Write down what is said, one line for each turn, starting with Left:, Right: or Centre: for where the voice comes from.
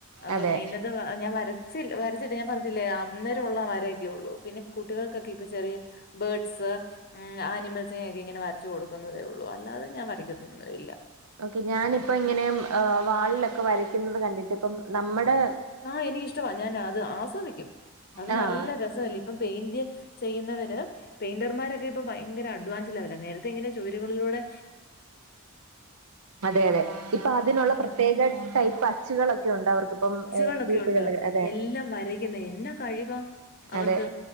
Left: അപ്പം
Right: അതെ
Left: ഇന്നത്ത വ ഞാൻ വരച്ചില്ല വരച്ചിട്ട് ഞാൻ പറഞ്ഞില്ലേ അന്നേരം ഉള്ള വരയൊക്കെ ഉള്ളൂ പിന്നെ കുട്ടികൾക്കെ ചെറിയ ബേഡ്സ് ഉം ആനിമൽസിനെയൊക്കെ ഇങ്ങനെ വരച്ചുക കൊടുക്കുന്നേ ഉള്ളൂ അല്ലാതെ ഞാൻ വരയ്ക്കോന്നുല്ല
Right: ഓക്കെ ഞാനിപ്പ ഇങ്ങനെ വാളിലൊക്കെ വരയ്ക്കുന്നത് കണ്ടിട്ട് ഇപ്പം നമ്മടെ
Left: ആഹ് എനിക്കിഷ്ടമാണ് ഞാൻ അത് ആസ്വദിക്കും അത്
Right: ആഹ്
Left: നല്ല രസമല്ലെ ഇപ്പം പെയിന്റ് ചെയ്യുന്നവര് പെയിന്റർമാരൊക്കെ ഇപ്പ ഭയങ്കര അഡ്വാൻസ് ലെവല നേരത്തെ ഇങ്ങനെ ചുവര് കളിലൂടെ
Right: അതെ യതെ ഇപ്പൊ അതിനുള്ള പ്രത്യേക ടൈപ്പ് ടൂളൊക്കെ ഉണ്ട് അവർക്കിപ്പം
Left: കളൊക്കെുണ്ട്
Right: വീട്ടുകളിൽ അതെ
Left: എല്ലാം വരയ്ക്കുന്ന എന്നാ കഴിവ അവർക്ക്
Right: അതെ